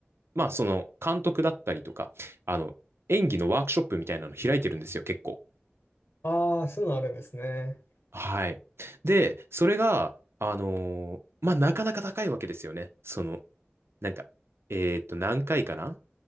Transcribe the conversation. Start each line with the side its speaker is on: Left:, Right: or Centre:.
Right: まあその監督だったりとか、あの、演技のワークショップみたいなの開いてるんですよ、結構。
Left: ああ、そういうのあるんですね。
Right: はい。で、それが、あのーまあなかなか高いわけですよね。その、なんか、えっと、何回かな